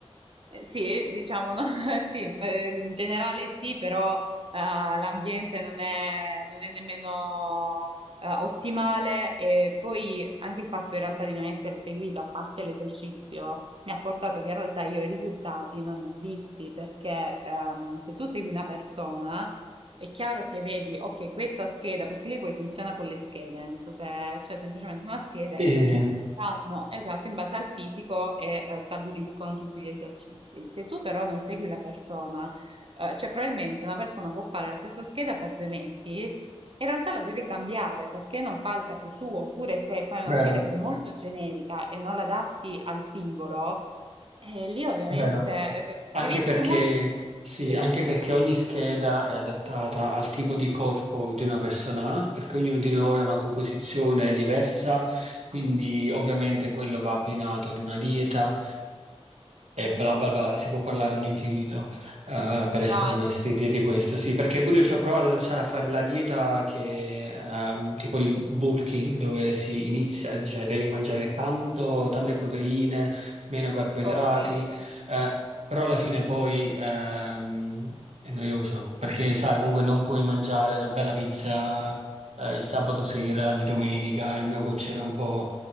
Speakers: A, on the right (about 55°); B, on the right (about 75°).
A: Eh, Sì, diciamo, no? <laughs> Sì, eh, in generale sì, però eh, l'ambiente non è, non è nemmeno eh, ottimale e poi anche il fatto in realtà di non essere seguita, a parte l'esercizio, mi ha portato che in realtà io i risultati non ne ho visti perché ehm, se tu segui una persona è chiaro che vedi, ok, questa scheda, perché lei poi funziona con le schede, non so se c'è semplicemente una scheda
B: Sì,
A: che
B: sì,
A: ti
B: sì,
A: fanno, esatto, in base al fisico e eh, stabiliscono tutti gli esercizi. Se tu però non segui la persona, eh, cioè probabilmente una persona può fare la stessa scheda per due mesi e in realtà la deve cambiare perché non fa il caso suo, oppure se fai
B: vero,
A: una scheda che è molto generica e non la adatti al singolo, eh, lì ovviamente
B: è vero.
A: eh,
B: Anche
A: devi essere
B: perché,
A: molto seguito
B: sì,
A: su questo.
B: anche perché ogni scheda è adattata al tipo di corpo di una persona, ha, perché ognuno di noi ha una composizione diversa, quindi ovviamente quello va abbinato ad una dieta E bla bla bla, si può parlare all'infinito, eh, per essere
A: No,
B: onesti,
A: es-
B: di, di questo. Sì, perché pure io ci ho provato sai, a fare la dieta che, ehm, tipo il bulking, dove si inizia, cioè devi mangiare tanto, tante proteine, meno carboidrati,
A: ok.
B: eh, però alla fine poi ehm, è noioso, perché sai, comunque non puoi mangiare una bella pizza, eh, il sabato sera, di domenica, il mio coach era un po'